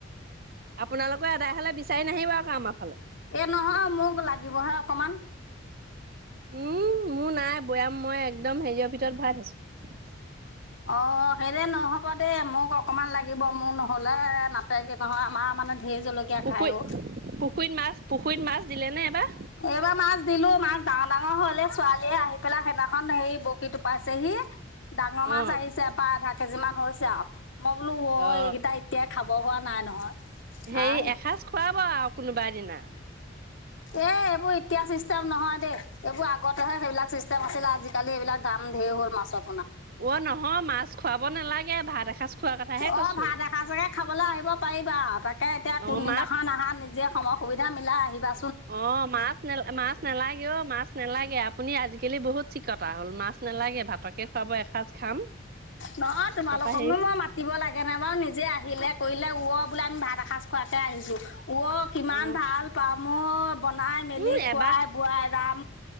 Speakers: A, on the right; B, on the left.
A: আপোনালোকৰ এদাই হলে বিচাৰি নাহিব আকৌ আমাৰ ফালে।
B: এই নহয় মোক লাগিবহে অকমান।
A: উম মোৰ নাই বৈয়াম মই একদম হেৰিয়ৰ ভিতৰত ভৰাই থৈছো।
B: অ' সেইৰে নহ'ব দেই, মোক অকমান লাগিব, মোৰ নহ'লে নাতে গৈ নহয় আমাৰ মানে ঢেৰ জলকীয়া
A: পুখুৰীত
B: খাই অ'
A: পুখুৰীত মাছ পুখুৰীত মাছ দিলে নে। এবাৰ
B: এইবাৰ মাছ দিলো মাছ ডাঙৰ ডাঙৰ হল, এই ছোৱালীয়ে আহি পেলাই সেইদিনাখন হে বৰশী টোপাইছেহি ডাঙৰ মাছ
A: অ
B: আহিছে, প্ৰায় আধা কেজি মান হৈছে আৰু মই বোলো ও
A: অ
B: এইকেইটা এতিয়া খাব হোৱা নাই নহয়,
A: হেৰি
B: আহ
A: এসাঁজ খুৱাব আৰু কোনোবা এদিনা
B: এই এইবোৰ এতিয়াৰ চিষ্টেম নহয় দেই, এইবোৰ আগতেহে সেইবিলাক চিষ্টেম আছিলে আজিকালি এইবিলাক দাম ধেৰ হ'ল মাছত।
A: অ, নহয় মাছ খোৱাব নালাগে, ভাত এসাঁজ খোৱাৰ কথাহে
B: অ
A: কৈছো।
B: ভাত এসাঁজকে খাবলৈ আহিব পাৰিবা, তাকে এতিয়া
A: অ
B: কোনদিনাখন
A: মাছ
B: আহা নিজে সময় সুবিধা মিলাই আহিবা।
A: অ মাছ, মাছ নালাগে ও মাছ নালাগে আপুনি আহিব। কেইলৈ বহুত চিকতা হ'ল মাছ নালাগে ভাতকে খুৱাব এসাঁজ খাম
B: নহয়, তোমালোককনো
A: তাৰপা হেৰি
B: মই মাতিব লাগে নাই বাৰু, নিজে আহিলে কৰিলে বোলে আমি ভাত এসজ খোৱাকে আহিছোঁ অহ কিমান
A: অ
B: ভাল পাম অহ। বনাই মেলি
A: উম
B: খোৱাই
A: এবাৰ
B: বোৱাই ৰাপ